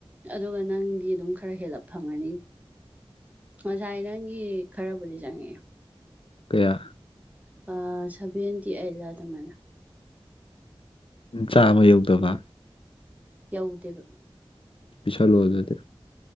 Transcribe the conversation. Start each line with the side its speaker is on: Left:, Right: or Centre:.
Right: ꯑꯗꯨꯒ ꯅꯪꯗꯤ ꯑꯗꯨꯝ ꯈꯔ ꯍꯦꯜꯂꯞ ꯐꯪꯉꯅꯤ ꯉꯁꯥꯏ ꯅꯪꯒꯤ ꯈꯔꯕꯨꯗꯤ ꯆꯪꯉꯛꯑꯦ
Left: ꯀꯌꯥ
Right: ꯂꯨꯄꯥ ꯁꯦꯚꯦꯟꯇꯤ ꯑꯩꯠꯂ ꯑꯗꯨꯃꯥꯏꯅ
Left: ꯑꯝ ꯆꯥꯝꯃ ꯌꯧꯗꯕ
Right: ꯌꯧꯗꯦꯕ
Left: ꯄꯤꯁꯜꯂꯣ ꯑꯗꯨꯗꯤ